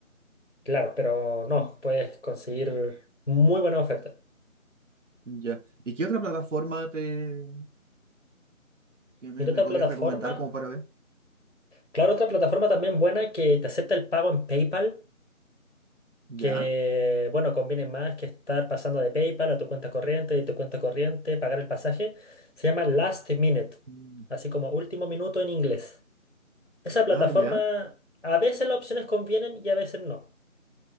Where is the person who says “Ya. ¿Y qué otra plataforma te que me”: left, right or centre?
Right